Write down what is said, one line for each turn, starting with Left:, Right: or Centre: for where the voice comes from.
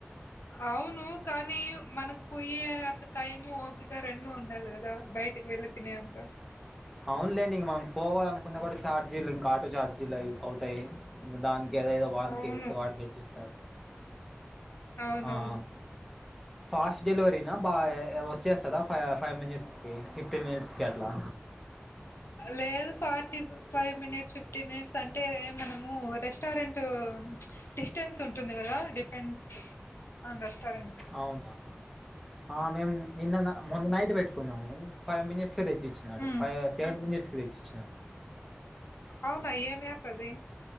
Left: అవును కానీ మనకు పోయే అంత టైం ఓపిక రెండు ఉండాలి గదా బయటకి వెళ్ తినే అంత
Centre: అవునులేండి ఇంక మనం పోవాలనుకున్న గూడ ఛార్జీలు ఇంకా ఆటో ఛార్జీలు అవి ఇవి అవుతాయి. ఇంగ దానికెదేదో వానికెస్తే
Left: అవును
Centre: వాడు తెచ్చిస్తాడు.
Left: అవునవును
Centre: ఆ ఆ ఫాస్ట్ డెలివరీనా బా ఏ ఓ ఇచ్చేస్తద ఫై ఫైవ్ మినిట్స్కి ఫిఫ్టీన్ మినిట్స్కి అట్లా!
Left: లేదు forty five minutes fifty minutes అంటే మనము రెస్టారెంట్ డిస్టెన్స్ ఉంటుంది గదా డిపెండ్స్ ఆన్ రెస్టారెంట్
Centre: అవునా ఆ మేము నిన్ననా మొన్న నైట్ బెట్టుకున్నాము. ఫైవ్ మినిట్స్ ల తెచ్చిచ్చినాడు.
Left: హ్మ్.
Centre: ఫైవ్ సెవెన్ మినిట్స్ కి తెచ్చిచ్చినాడు.
Left: అవునా ఏమ్ యాపది